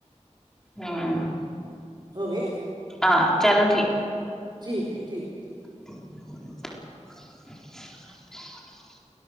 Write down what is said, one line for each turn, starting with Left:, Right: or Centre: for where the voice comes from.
Centre: ਹੂੰ
Right: ਹੋ ਗਿਆ
Centre: ਆ ਚਲੋ ਠੀਕ,
Right: ਠੀਕ ਹੈ ਠੀਕ ਹੈ,
Centre: <unintelligible>